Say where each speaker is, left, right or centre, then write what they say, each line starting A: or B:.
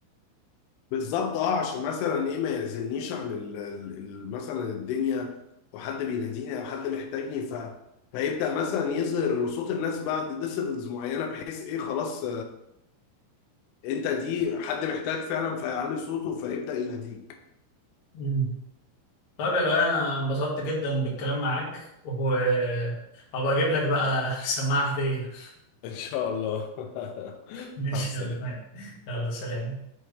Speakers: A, on the left; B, on the left.
A: بالظبط اه عشان مثلا ايه ما يعزلنيش عن ال- ال- ال- مثلا الدنيا او حد بيناديني او حد محتاجني ف فيبدا مثلا يظهر صوت الناس بعد ديسيبلز معينه بحيث ايه خلاص انت دي حد محتاج فعلا فيعلي صوته فيبدأ يناديك
B: مم. طيب يا لؤي انا انبسطت جدا بالكلام معاك وهو آه، هبقى اجيب لك بقى <laughs> سماعه هديه
A: ان شاء الله <laughs>
B: <laughs> ان
A: مع
B: شاء
A: السلامه
B: الله يلا سلام